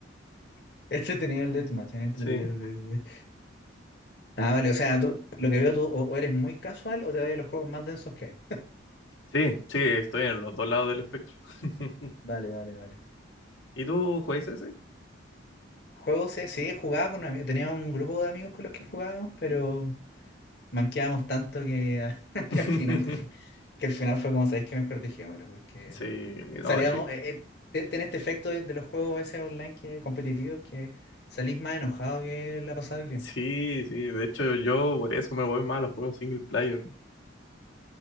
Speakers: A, on the left; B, on the left.
A: <laughs> Entretenido el deathmatch, eh, entretenido,
B: Sí,
A: sí, sí. sí. Ah, vale, o sea, tú- lo que veo tú o, o eres muy casual o te vas a los juegos más densos que hay.
B: sí, sí, estoy en los dos lados del espectro. <laughs>
A: Vale, vale, vale.
B: ¿Y tú juegas ese?
A: Juegos, sí, sí, jugaba con amigos, tenía un grupo de amigos con los que jugábamos, pero... manqueábamos tanto que, <laughs>
B: <laughs>
A: que al final pues, fue- que al final fue como, ¿sabéis que Mejor dejémoslo, porque
B: Sí,
A: salíamos,
B: no, sí,
A: eh, eh, te- tenés este efecto de, de los juegos ese online que, competitivos que salís más enojado que la pasar bien.
B: sí,
A: po.
B: sí, de hecho yo por eso me voy más a los juegos single player.